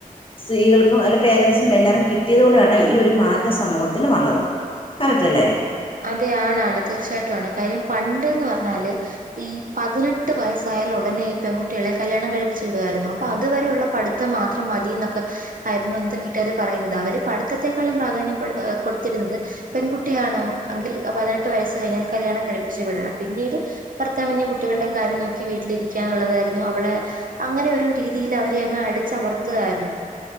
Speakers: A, on the left (about 35°); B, on the right (about 70°).
A: സ്ത്രീകൾക്കും അല്ലെ പേരൻറ്സിനും എല്ലാതും കിട്ടിയതോടെയാണ് ഈ ഒരു മാറ്റം സമൂഹത്തിൽ വന്നത്. കറക്റ്റല്ലേ?
B: അതെ ആണാണ്. തീർച്ചയായിട്ടും ആണ്. കാര്യം പണ്ട്ന്ന് പറ്ഞ്ഞാല്, ഈ പതിനെട്ട് വയസ്സായാല് ഉടനെ ഈ പെൺകുട്ടികളെ കല്യാണം കഴിപ്പിച്ചു വിടുവായിരുന്നു. അപ്പൊ അതുവരെയുള്ള പടിത്തം മാത്രം മതി ഇന്നൊക്കെ ആയിരുന്നു അന്നത്തെ വീട്ടുകാര് പറയുന്നത്. അവര് പഠിത്തത്തെക്കാളും പ്രാധാന്യം കൊടുത്തിരുന്നത്. പെൺകുട്ടിയാണൊ എങ്കിൽ പതിനെട്ട് വയസ്സ് കഴിഞ്ഞാല് കല്യാണം കയിപ്പിച്ചു വിടണം പിന്നീട് ഭർത്താവിന്റെയും കുട്ടികളുടെയും കാര്യം നോക്കി വീട്ടിലിരിക്കാന്നുള്ളതായിരുന്നു അവളെ അങ്ങനെ ഒരു രീതിയില് അവരെ അടിച്ചമർത്തുകായിരുന്നു.